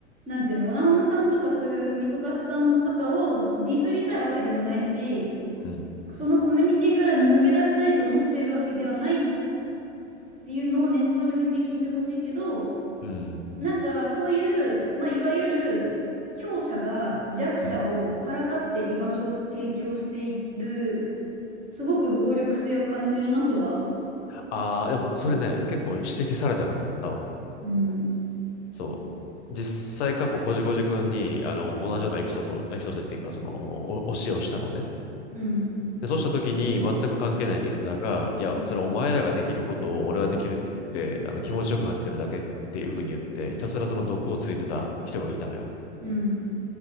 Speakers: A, on the right (about 20°); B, on the left (about 65°).
A: なんていうの、オナホムさんとかそういうみそかつさんとかをディスりたいわけでもないし、
B: うん。
A: そのコミュニティから抜け出したいと思ってるわけではないっていうのを念頭に置いて聞いてほしいけど、
B: うん。
A: なんかそういう、まあ、いわゆる強者が弱者をからかって居場所を提供している、
B: うん。
A: すごく暴力性を感じるなとは。
B: ああ、でもそれね、
A: うん、
B: 結構指摘されたことあったわ。
A: うん、
B: そう。実際過去こじこじくんに、あの、同じようなエピソード、エピソードっていうか、その、お教えをしたのね。
A: うん、
B: で、そうした時に全く関係ないリスナーが、いや、
A: うん、
B: それお前らができることを俺はできるって言って、あの、気持ちよくなってるだけっていうふうに言って、ひたすらその毒をついてた人がいたのよ。
A: うん